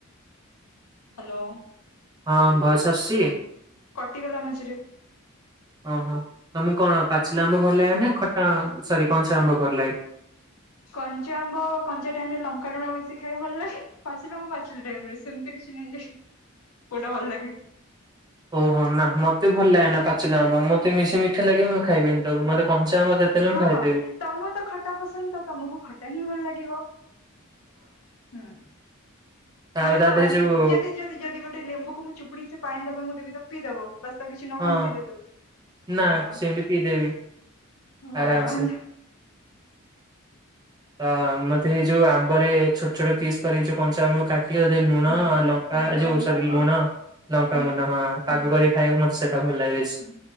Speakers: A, on the left; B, on the right.
A: ହ୍ୟାଲୋ
B: ହଁ ଭଏସ ଆସୁଛି
A: କଟିଗଲା ମଝିରେ
B: ଓହୋ ତମକୁ କଣ ପାଚିଲା ଆମ୍ବ ଭଲ ଲାଗେ ନା ଖଟା ସରି କଞ୍ଚା ଆମ୍ବ ଭଲ ଲାଗେ
A: କଞ୍ଚା ଆମ୍ବ କଞ୍ଚା ଟାଇମ ରେ ଲଙ୍କା ଲୁଣ ମିଶି ଖାଇ ଭଲ ଲାଗେ ପାଚିଲ ଆମ୍ବ ପାଚିଲା ଟାଇମ ରେ ସେମିତି କିଛି ନାହିଁ ଯେ କୋଉଟା ଭଲ ଲାଗେ
B: ଓହୋ ନା ମତେ ଭଲ ଲାଗେନା ପାଚିଲା ଆମ୍ବ ମତେ ବେଶୀ ମିଠା ଲାଗିବ ମୁଁ ତାକୁ ଖାଇବିିନି। ତାକୁ
A: ହଁ
B: ମତେ କଞ୍ଚା ଆମ୍ବ
A: ଆଉ
B: ଯେତେ ଦେଲେ
A: ହଁ
B: ମୁଁ ଖାଇଦେବି।
A: ହଁ ତମକୁ ତ ଖଟା ପସନ୍ଦ ତ ତମକୁ ଖଟା ହିଁ ଭଲ ଲାଗିବ। ହୁଁ
B: ଆଉ
A: ମାନେ
B: ତା
A: କଣ
B: ଦେହରେ ଯୋଉ
A: ଯଦି ଯଦି- ଯଦି ଗୋଟେ ଲେମ୍ବୁକୁ ମୁଁ ଚୁପୁଡିକି ସେ ପାଣି ଉରା ମୁଁ ଦେବି ତମେ ପିଇଦବ। ବାସ୍ ତା କିଛି ନମିଶିଲେ
B: ହଁ
A: ଯଦି
B: ନା
A: ହଁ।
B: ସେମିତି ପିଇଦେବି
A: ଭଗବାନ
B: ଆରାମ ସେ। ଅଁ ମତେ ଏ ଯୋଉ ଆମ୍ବରେ ଛୋଟ ଛୋଟ ପିସ୍ କରିକି ଯୋଉ କଞ୍ଚା ଆମ୍ବ କା କି ଯଦି ଲୁଣ
A: ହୁଁ
B: ଲଙ୍କା
A: ଲଙ୍କାଗୁଣ୍ଡ
B: ଯୋଉ ସରି ଲୁଣ
A: ଓ
B: ଲଙ୍କା
A: ହୁଁ
B: ଗୁଣ୍ଡ ହଁ
A: ହୁଁ
B: ପାଗ କରି ଖାଇବାକୁ ମ ସେଟା ଭଲ ଲାଗିଛି।
A: ହୁଁ